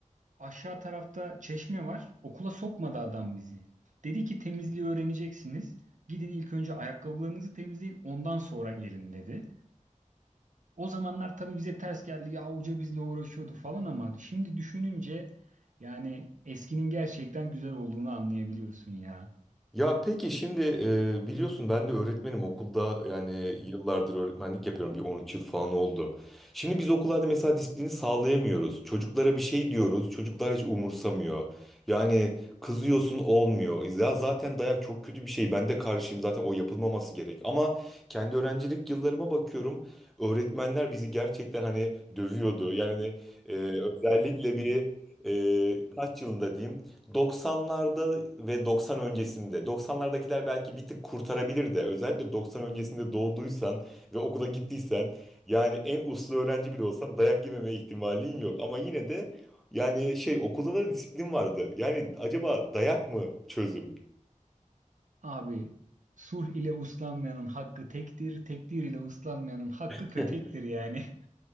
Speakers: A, on the right; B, in the centre.
A: Aşağı tarafta çeşme var. Okula sokmadı adam bizi. Dedi ki temizliği öğreneceksiniz. Gidin ilk önce ayakkabılarınızı temizleyin ondan sonra gelin dedi. O zamanlar tabii bize ters geldi. Ya hoca bizle uğraşıyordu falan ama şimdi düşününce yani eskinin gerçekten güzel olduğunu anlayabiliyorsun ya.
B: Ya peki şimdi e, biliyorsun ben de öğretmenim okulda yani yıllardır öğretmenlik yapıyorum bir 13 yıl falan oldu. Şimdi biz okullarda mesela disiplini sağlayamıyoruz. Çocuklara bir şey diyoruz çocuklar hiç umursamıyor. Yani kızıyorsun olmuyor. Ya zaten dayak çok kötü bir şey ben de karşıyım zaten o yapılmaması gerek. Ama kendi öğrencilik yıllarıma bakıyorum öğretmenler bizi gerçekten hani dövüyordu. Yani e, özellikle bir e, kaç yılında diyeyim 90'larda ve 90 öncesinde. 90'lardakiler belki bir tık kurtarabilir de. Özellikle 90 öncesinde doğduysan ve okula gittiysen yani en uslu öğrenci bile olsan dayak yememe ihtimalin yok. Ama yine de yani şey okulda da disiplin vardı. Yani acaba dayak mı çözüm?
A: Abi sulh ile uslanmayanın hakkı tektir, tekdir ile uslanmayanın hakkı
B: <laughs>
A: kötektir yani. <laughs>